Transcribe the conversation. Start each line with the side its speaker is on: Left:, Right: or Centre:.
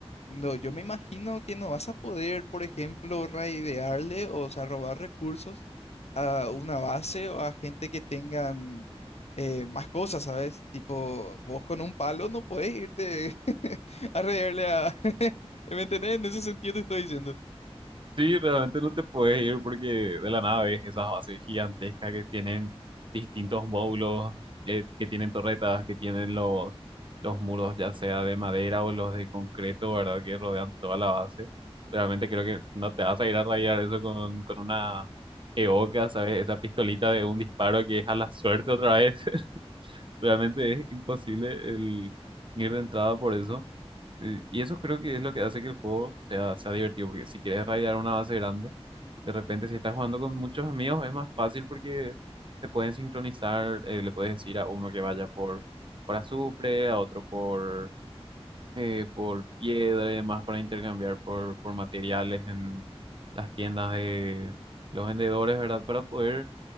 Left: No, yo me imagino que no vas a poder, por ejemplo, raidearle, o sea, robar recursos a una base o a gente que tengan eh, más cosas, ¿sabes? Tipo, vos con un palo no podés irte <laughs> a reírle a... <laughs> ¿Me entendés? En ese sentido te estoy diciendo.
Right: Sí, realmente no te puedes ir porque de la nada ves esas bases gigantescas que tienen distintos módulos, eh, que tienen torretas, que tienen los, los muros ya sea de madera o los de concreto, ¿verdad? Que rodean toda la base. Realmente creo que no te vas a ir a rayar eso con, con una EOKA, ¿sabes? Esa pistolita de un disparo que es a la suerte otra vez. <laughs> Realmente es imposible el ir de entrada por eso. Eh, Y eso creo que es lo que hace que el juego sea, sea divertido, porque si quieres raidar una base grande, de repente si estás jugando con muchos amigos es más fácil porque se pueden sincronizar, eh, le puedes decir a uno que vaya por, por azufre, a otro por, eh, por piedra y demás para intercambiar por, por materiales en las tiendas de los vendedores, ¿verdad? Para poder